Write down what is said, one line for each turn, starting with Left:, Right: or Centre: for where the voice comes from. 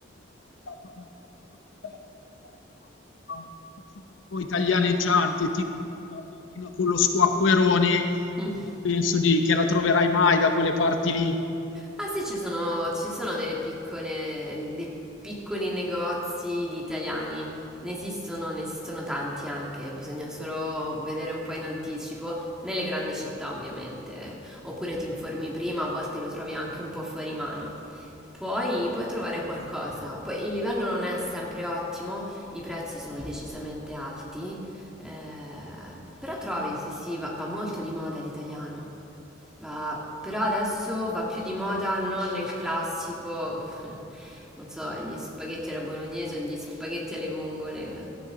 Left: la pa la parte brutta è che fare una una cucina un po' italianeggiante, tipo la piadina con lo squacquerone,
Centre: <laughs>
Left: non penso di che la troverai mai da quelle parti lì.
Centre: Ah sì, ci sono, ci sono delle piccole, dei piccoli negozi di italiani. Ne esistono, ne esistono tanti anche, bisogna solo vedere un po' in anticipo, nelle grandi città ovviamente, oppure ti informi prima, a volte lo trovi anche un po' fuori mano. Poi puoi trovare qualcosa, poi il livello non è sempre ottimo, i prezzi sono decisamente alti, eh, però trovi, sì sì, va, va molto di moda l'italiano. Va- però adesso va più di moda non il classico, <laughs> non so, gli spaghetti alla bolognese o gli spaghetti alle vongole eh,